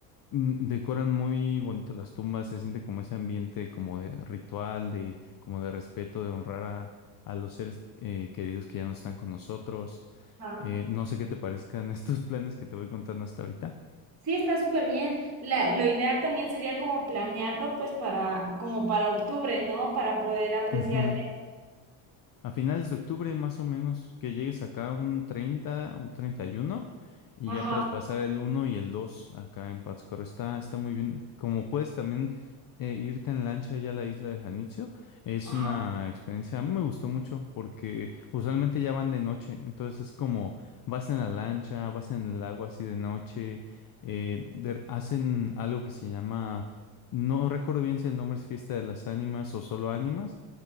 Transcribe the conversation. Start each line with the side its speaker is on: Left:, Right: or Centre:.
Left: mm, decoran muy bonito las tumbas, se siente como ese ambiente como de ritual, de como de respeto, de honrar a, a los seres eh, queridos que ya no están con nosotros.
Right: Ajá.
Left: Eh, no sé qué te parezcan <laughs> estos planes que te voy contando hasta ahorita.
Right: Sí, está súper bien. La, lo ideal también sería como planearlo, pues para, como para octubre, ¿no? Para poder apreciar.
Left: Ujú.
Right: eso.
Left: A finales de octubre, más o menos, que llegues acá un 30, un treinta y uno y
Right: Ajá,
Left: ya puedes pasar el uno y el 2 acá en Pátzcuaro. Está, está muy bien. Como puedes también eh, irte en lancha allá a la isla de Janitzio, es
Right: ajá,
Left: una experiencia, a mí me gustó mucho porque usualmente ya van de noche, entonces es como vas en la lancha, vas en el agua así de noche, eh, de- hacen algo que se llama, no recuerdo bien si el nombre es Fiesta de las Ánimas o solo Ánimas